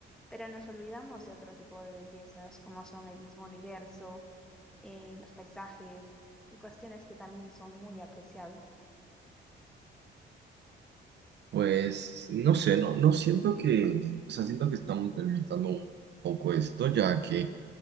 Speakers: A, in the centre; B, on the right.
A: pero nos olvidamos de otro tipo de bellezas, como son el mismo universo, eh, los paisajes y cuestiones que también son muy apreciables.
B: Pues no sé, no, no siento que, o sea, siento que estamos delimitando un poco esto, ya que